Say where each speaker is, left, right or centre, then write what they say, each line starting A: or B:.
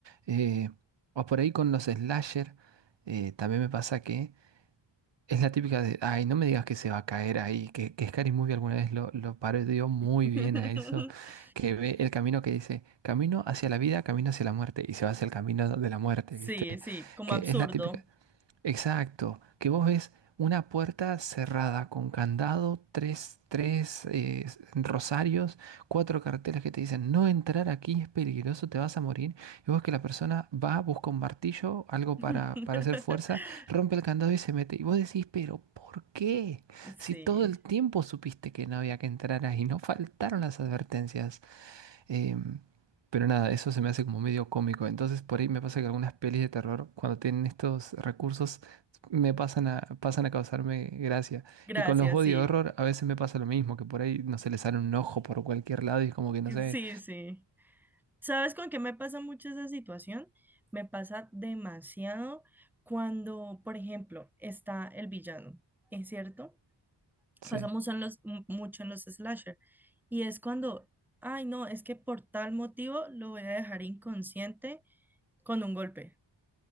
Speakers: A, on the right (about 70°); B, in the centre.
A: Eh, o por ahí con los slasher, eh, también me pasa que... Es la típica de, ay, no me digas que se va a caer ahí, que, que Scary Movie alguna vez lo, lo parodió muy
B: <laughs>
A: bien a eso, que ve el camino que dice, camino hacia la vida, camino hacia la muerte, y se va hacia el camino de la muerte,
B: Sí,
A: ¿viste?
B: sí, como
A: Que
B: absurdo.
A: es la típica, Exacto, que vos ves una puerta cerrada con candado, tres, tres eh, rosarios, cuatro carteles que te dicen no entrar aquí es peligroso, te vas a morir. Y vos que la persona va, busca un martillo, algo
B: <laughs>
A: para, para hacer fuerza, rompe el candado y se mete. Y vos decís, pero ¿por qué?
B: Sí,
A: Si todo el tiempo supiste que no había que entrar ahí, no faltaron las advertencias. Em, pero nada, eso se me hace como medio cómico. Entonces por ahí me pasa que algunas pelis de terror, cuando tienen estos recursos, me pasan a, pasan a causarme gracia.
B: gracias,
A: Y con los body
B: sí.
A: horror a veces me pasa lo mismo, que por ahí no se les sale un ojo por cualquier lado y es como que no sé.
B: Sí, sí. ¿Sabes con qué me pasa mucho esa situación? Me pasa demasiado cuando, por ejemplo, está el villano, ¿es cierto?
A: Sí,
B: Pasamos en los, mu- mucho en los slasher y es cuando, ay, no, es que por tal motivo lo voy a dejar inconsciente con un golpe.